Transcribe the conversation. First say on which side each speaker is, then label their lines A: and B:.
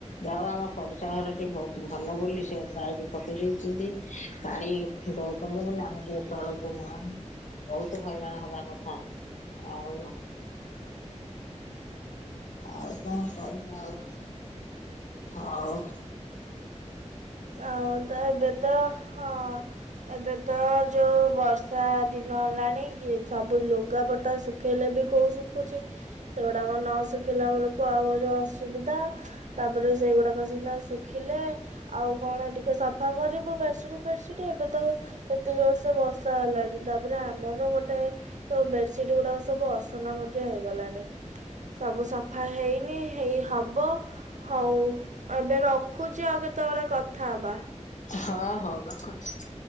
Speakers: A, on the left; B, on the right.
A: ଯାଉ ଆମ ପଡିଶା ଘରଟି ବହୁତ ଭଲ ବୋଲି ସେ ପାଇପ୍ ପକେଇ ଦେଇଛନ୍ତି। ପାଣି ଦଉଛନ୍ତି ବୋଲି ଆମେ ଟିକେ ଚଳୁଛ ନା ବହୁତ ହଇରାଣ ହେବା କଥା ଆଉ ଆଉ କଣ କରିବ ଆଉ। ଆଉ।
B: ଅ ତ ଏବେ ତ ହଁ ଏବେ ତ ଯୋଉ ବର୍ଷା ଦିନ ହେଲାଣି କି ସବୁ ଲୁଗାପଟା ଟା ଶୁଖେଇଲେ ବି କୋଉ ଶୁଖୁଛି। ସେଗୁଡ଼ାକ ନ ଶିଖୁଲା ବେଳକୁ ଆହୁରି ଅସୁବିଧା ତାପରେ ସେଇଗୁଡାକ ସିନା ଶୁଖିଲେ ଆଉ କଣ ଟିକିେ ସଫା କରିବୁ ବେଡ଼ସିଟି ଫେଟସିଟି ଏବେ ତ ଏତେ ଜୋରସେ ବର୍ଷା ହେଲାଣି। ତାପରେ ଆମର ଗୋଟେ ତ ବେଡ଼ସିଟ୍ ଗୁଡ଼ାକ ସବୁ ଅସନା ମଧ୍ୟ ହେଇଗଲାଣି। ସବୁ ସଫା ହେଇନି ହେଇ ହବ। ହଉ ଏବେ ରଖୁଛି ଆଉ କେତେବେଳେ କଥା ହେବା।
A: ହଁ ହଉ ରଖନ୍ତୁ।